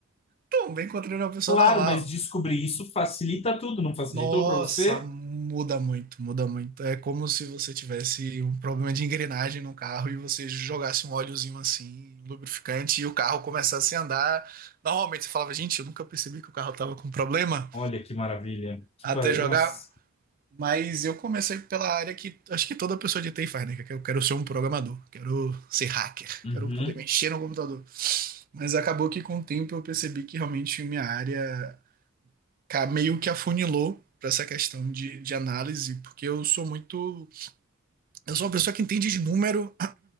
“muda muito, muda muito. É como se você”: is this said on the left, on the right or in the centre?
Right